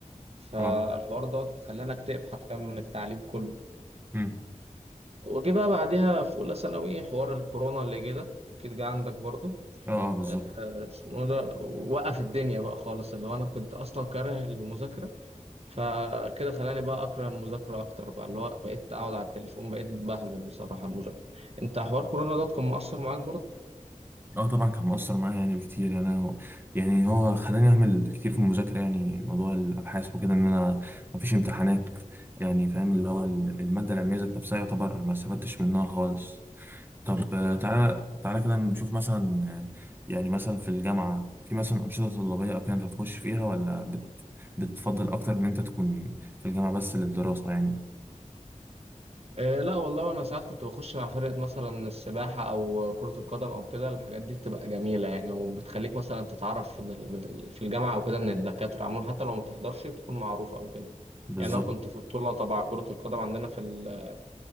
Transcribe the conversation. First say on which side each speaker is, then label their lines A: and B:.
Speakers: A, on the right; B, on the right.
A: فالحوار
B: اه
A: دوت خلاني اكتئب حرفيا من التعليم كله
B: مم.
A: وجي بقى بعديها في اولى ثانوي حوار الكورونا اللي جه ده اكيد جه عندك برضو
B: اه اه بالظبط
A: آه، اسمه إيه ده وقف الدنيا بقى خالص اللي هو انا كنت اصلا كاره المذاكره فكده خلاني بقى اكره المذاكره اكتر بقى اللي هو بقيت اقعد على التليفون بقيت بهمل بصراحه المذاكره انت حوار كورونا ده كان مؤثر معاك
B: اه طبعا كان مؤثر معايا يعني بكتير يعني انا و... يعني هو خلاني اعمل كتير في المذاكره يعني موضوع الابحاث وكده ان انا مفيش امتحانات يعني فاهم اللي هو ال- الماده العلميه ذات نفسها يعتبر ما استفدتش منها خالص طب آه، تعالى تعالى كده نشوف مثلا آه، يعني مثلا في الجامعه في مثلا انشطه طلابيه او كده انت بتخش فيها ولا بت... بتفضل اكتر ان انت تكون في الجامعه بس للدراسه يعني
A: آه، لا والله انا ساعات كنت بخش مع فرقة مثلا السباحة او كرة القدم او كده الحاجات دي بتبقى جميلة يعني وبتخليك مثلا تتعرف من ال... من ال... في الجامعة او كده من الدكاترة عموما حتى لو ما بتحضرش بتكون معروف او كده
B: بالظبط
A: يعني انا كنت في بطولة تبع كرة القدم عندنا في ال...